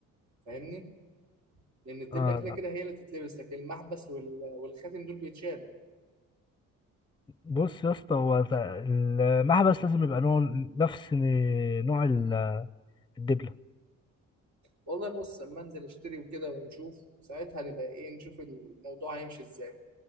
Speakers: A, on the right; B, on the left.
A: فاهمني لان الدبله
B: اه
A: كده
B: لا
A: كده هي اللي تتلبس لكن المحبس وال- والخاتم دول بيتشالوا
B: بص يا اسطى هو ده- المحبس لازم يبقى نوع نفس نوع ال- الدبلة
A: والله بص اما انزل اشتري وكده ونشوف وساعتها نبقى ايه نشوف الموضوع هيمشي ازاي